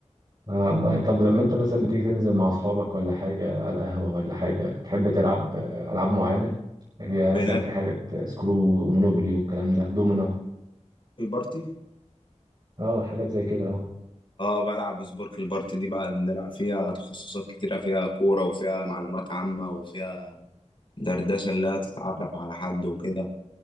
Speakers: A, on the right; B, on the left.
A: اه والله طب لما انت مثلا بتيجي تنزل مع اصحابك ولا حاجه على القهوه ولا حاجه بتحب تلعب آه، العاب معينه يعني مثلا
B: بنلعب
A: في حاجات سكرو مونوبولي والكلام ده دومينو
B: البارتي
A: اه حاجات زي كده اه
B: اه بلعب سبورك البارتي دي بقى بنلعب فيها تخصصات كتيرة فيها كورة وفيها معلومات عامة وفيها دردشة اللي هي تتعرف على حد وكده